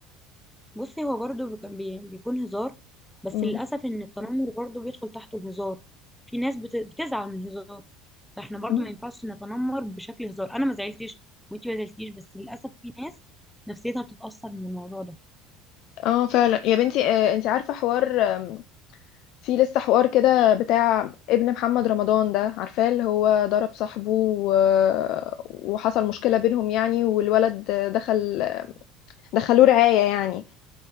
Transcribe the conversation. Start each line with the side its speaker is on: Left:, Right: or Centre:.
Centre: بصي هو برضو بك- بي- بيكون هزار بس
Left: مم.
Centre: للاسف ان التنمر برضو بيدخل تحته الهزار في ناس بت- بتزعل من الهزار فاحنا برضو
Left: مم.
Centre: ما ينفعش نتنمر بشكل هزار انا ما زعلتش وانت ما زعلتيش بس للاسف في ناس نفسيتها بتتاثر من الموضوع ده
Left: اه فعلا يا بنتي آه، انتي عارفة حوار آم، في لسه حوار كده بتاع ابن محمد رمضان ده عارفاه اللي هو ضرب صاحبه و... وحصل مشكلة بينهم يعني والولد دخل دخلوه رعاية يعني